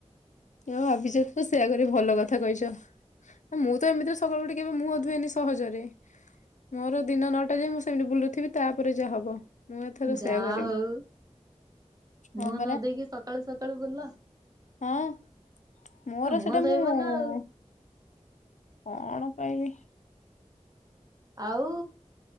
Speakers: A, on the left (about 80°); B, on the right (about 30°).
A: ଆ ଅଭିଯୋଗ ତ ସେଇୟା କରି ଭଲ କଥା କହିଚ। ହଁ ତ ଏମିତିରେ ସକାଳୁ ଉଠି କେବେ ମୁଁ ଧୁଏନି ସ୍ ସହଜରେ ମୋର ଦିନ ନଅଟା ଯାଏ ମୁଁ ସେମିତି ବୁଲୁଥିବି ତାପରେ ଯାହା ହବ। ମୁଁ ଏଥର
B: ଯାହା
A: ସେୟା କରିବି
B: ହଉ ମୁହଁ
A: ହଁ ପରା।
B: ନ ଦେଇକି ସକାଳୁ ସକାଳୁ ବୁଲ
A: ହଁ ମୋର
B: ମୁହଁ
A: ସେଟା
B: ଧୋଇବ
A: ମୁଁ
B: ନା ଆଉ
A: କଣ ପାଇବି।
B: ଆଉ